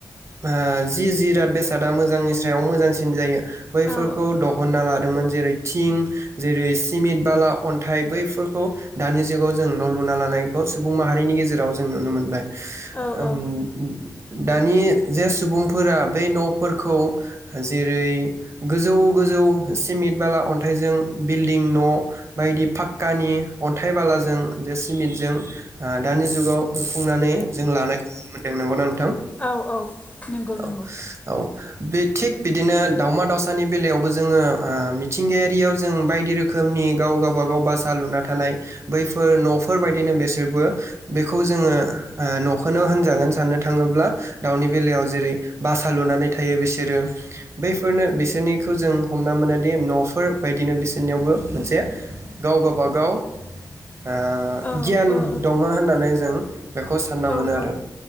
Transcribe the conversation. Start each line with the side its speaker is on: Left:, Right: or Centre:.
Right: ओ जि जिराद बेसादा मोजांनि स्रायाव मोजांसिन जायो। बैफोरखौ
Left: औ
Right: दहनना लादोंमोन जेरै थिं जेरै सिमिन्ट बाला अन्थाइ बैफोरखौ दानि जुगाव जों न' लुना लानाय खौ सुबुं माहारिनि गेजेराव जों नुनो मोनबाय। ओम
Left: औ
Right: दानि जे सुबुंफोरा बे न'फोरखौ जेरै गोजौ गोजौ सिमिन्ट बाला अन्थाइजों बिल्डिं न' बायदि फाक्कानि अन्थाइ बालाजों जे सिमिन्टजों आ दानि जुगाव लुफुंनानै जों लानाय नुनो मोनदों नंगौ ना नोंथां? ओं
Left: औ औ नंगौ
Right: औ
Left: नंगौ
Right: औ बे थिग बिदिनो दावमा दाावसानि बेलायावबो जोङो ओ मिथिंगायारियाव जों बायदि रोखोमनि गाव गावबागाव बासा लुना थानाय बैफोर न'फोर बायदिनो बेसोरबो बेखौ जोङो ओ न'खौनो होनजागोन साननो थाङोब्ला दाउनि बेलायाव जेरै बासा लुनानै थायो बिसोरो। बैफोरनो बिसोरनिखौ जों हमना मोनोदि न'फोर बायदिनो बिसोरनियावबो मोनसे गाव गाबागाव आ
Left: ओ
Right: गियान
Left: ओ
Right: दङ होननानै जों बेखौ सानना मोनो
Left: ओ औ
Right: आरो
Left: औ